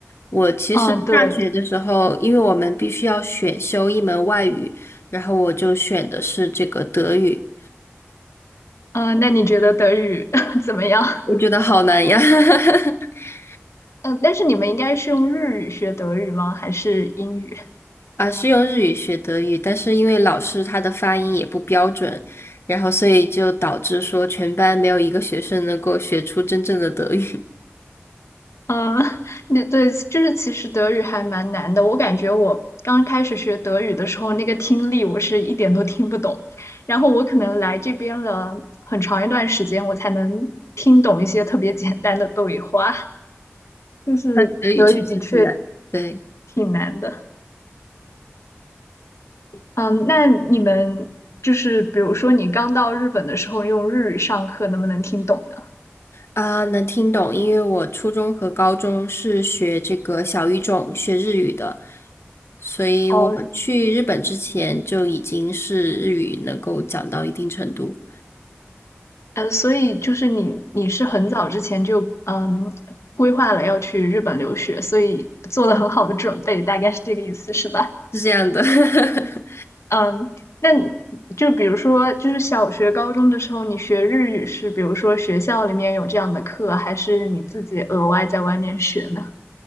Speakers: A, on the left (about 65°); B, on the left (about 85°).
A: 我其实大学的时候，
B: 嗯，对，
A: 因为我们必须要选修一门外语，然后我就选的是这个德语，
B: 嗯，那你觉得德语 <laughs> 怎么样？
A: 我觉得好难呀。<laughs>
B: 嗯，但是你们应该是用日语学德语吗？还是英语？
A: 啊，是用日语学德语，但是因为老师他的发音也不标准，然后所以就导致说全班没有一个学生能够学出真正的德语。
B: 嗯，<laughs> 对对，就是其实德语还蛮难的。我感觉我刚开始学德语的时候，那个听力我是一点都听不懂。然后我可能来这边了很长一段时间，我才能听懂一些特别简单的对话。<laughs> 就是德语的确
A: <laughs> 德语确实挺难，对。
B: 挺难的。嗯，那你们就是比如说你刚到日本的时候用日语上课，能不能听懂呢？
A: 啊，能听懂，因为我初中和高中是学这个小语种，学日语的，所以我去日本之前就已经是日语能够讲到一定程度，
B: 哦，呃，所以就是你你是很早之前就嗯规划了要去日本留学，所以做了很好的准备，大概是这个意思是吧？
A: 是这样的。<laughs>
B: 嗯，那就比如说就是小学、高中的时候你学日语是比如说学校里面有这样的课，还是你自己额外在外面学呢？